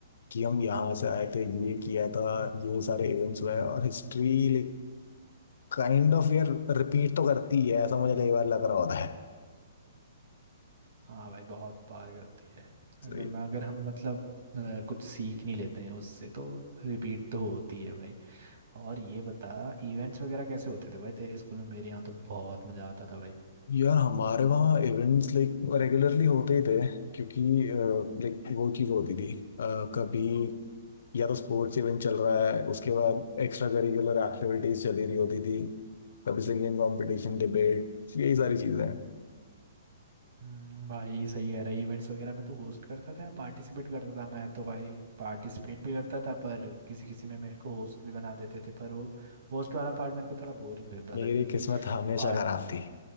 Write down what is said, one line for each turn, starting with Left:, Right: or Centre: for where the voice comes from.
Left: कि हम यहाँ से आए थे ये किया था ये सारे इवेंट्स हुए हैं और हिस्ट्री लाइक काइंड ऑफ यार रिपीट तो करती है ऐसा मुझे कई बार लग रहा होता है
Right: हाँ भाई बहुत पार करती है
Left: सही
Right: अगर मैं अगर हम मतलब अ, कुछ सीख नहीं लेते हैं उससे तो रिपीट तो होती है भाई और ये बता इवेंट्स वगैरह कैसे होते थे भाई तेरे स्कूल में मेरे यहाँ तो बहुत मज़ा आता था भाई
Left: यार हमारे वहाँ इवेंट्स लाइक रेगुलरली होते ही थे क्योंकि लाइक वो चीज़ होती थी अ, कभी या तो स्पोर्ट्स इवेंट चल रहा है उसके बाद एक्स्ट्रा करिकुलर एक्टिविटीज चली रही होती थी कभी सिंगिंग कंपटीशन डिबेट यही सारी चीज़ें हैं
Right: हम्म भाई सही कह रहा है इवेंट्स वगैरह में तू होस्ट करता था या पार्टिसिपेट करता था मैं तो भाई पार्टिसिपेट भी करता था पर किसी किसी में मेरे को होस्ट भी बना देते थे पर वो होस्ट वाला पार्ट मेरे को थोड़ा बोरिंग लगता
Left: मेरी
Right: था क्योंकि
Left: किस्मत हमेशा
Right: पार्ट
Left: खराब थी